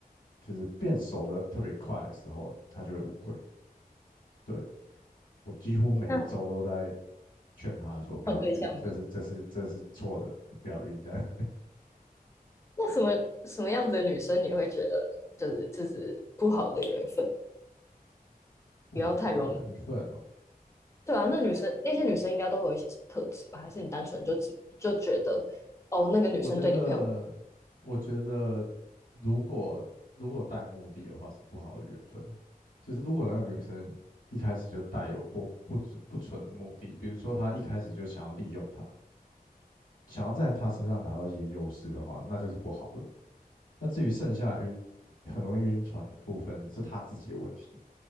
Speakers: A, on the left (about 60°); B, on the left (about 20°).
A: 就是变熟的特别快的时候，他就会误会。对，我几乎每一周都在
B: 那
A: 劝他说不要晕，
B: 换对象吗？
A: 这是这是这是错的，不要晕这样。
B: 那什么什么样子的女生你会觉得就是这是不好的缘分，
A: <laughs> 哇，
B: 不要太容易？
A: 好的缘分哦。
B: 对啊，那女生那些女生应该都会有一些什么特质吧？还是你单纯就只就觉得哦，那个女生对你朋友
A: 我觉得，我觉得如果如果带目的的话是不好的缘分。就是如果那个女生一开始就带有不不不纯的目的，比如说她一开始就想要利用他，想要在他身上拿到一些优势的话，那就是不好的。那至于剩下晕很容易晕船的部分，是她自己的问题，